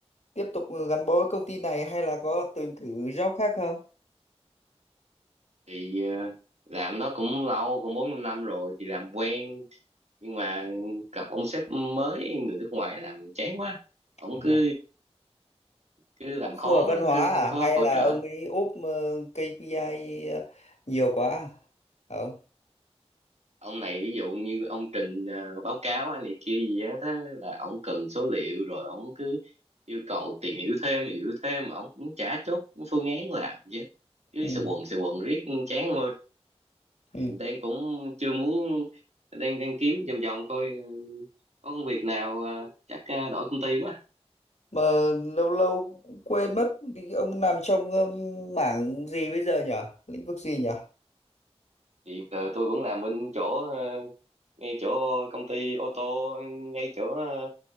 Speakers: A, on the left; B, on the right.
A: tiếp tục gắn bó với công ty này hay là có tìm thử job khác không
B: thì ờ, làm nó cũng lâu cũng bốn năm năm rồi thì làm quen nhưng mà gặp ông sếp mới người nước ngoài làm chán quá ổng
A: Ờ,
B: cứ cứ làm
A: Ông
B: khó
A: phù hợp văn hóa
B: cứ không
A: à
B: có
A: hay
B: hỗ
A: là
B: trợ
A: ông ấy ốp ờ, KPI ờ, nhiều quá à? không
B: ông này ví dụ như ông trình ờ, báo cáo hay này kia gì á thế là ông cần số liệu rồi ông cứ yêu cầu tìm hiểu thêm hiểu thêm mà ông cũng chả chốt phương án làm chứ cứ
A: ừ.
B: sự quần sự quần riết chán ông ơi
A: Ừ.
B: Thì đang cũng chưa muốn đang đang kiếm vòng vòng coi ờ, có công việc nào ờ, chắc ờ, đổi công ty quá
A: mà lâu lâu cũng quên mất thì ông làm trong ờ, mảng gì bây giờ nhỉ lĩnh vực gì nhỉ
B: thì ờ, tôi vẫn làm bên chỗ ờ, ngay chỗ công ty ô tô ngay chỗ ờ,